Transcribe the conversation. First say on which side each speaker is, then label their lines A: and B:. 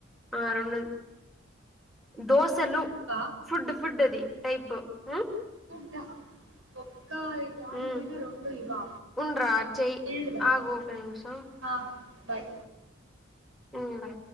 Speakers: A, in the centre; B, on the right.
A: ఆ రెండు దోశలు
B: ముక్క
A: ఫుడ్ ఫుడ్ అది టైప్ మ్ము
B: ఫుడ్డా ఒక్క ఇ చాలక
A: మ్మ్
B: పోయినా రెండు ఇవ్వా
A: ఉండ్రా చెయ్
B: ఏంటిది అబ్బా
A: ఆగు
B: అది
A: ఒక నిమిషం
B: హా బయ్
A: హమ్ బై